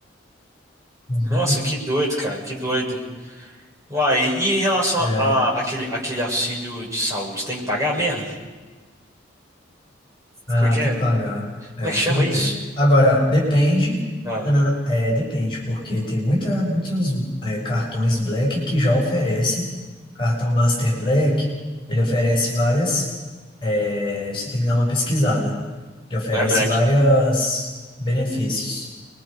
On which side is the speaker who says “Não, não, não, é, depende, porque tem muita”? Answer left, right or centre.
Left